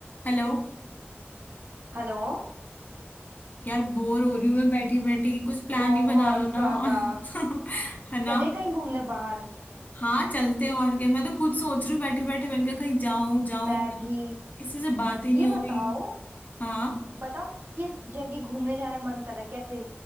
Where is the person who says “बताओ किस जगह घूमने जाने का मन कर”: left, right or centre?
Right